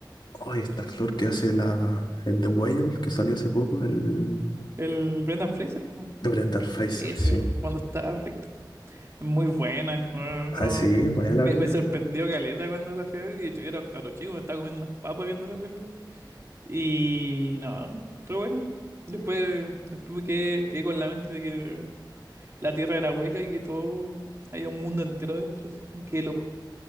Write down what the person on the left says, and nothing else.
ay, este actor que hace la, el The Whale, que salió hace poco, el
Brendan Fraser,
sí.
Ah, sí, buena la
película.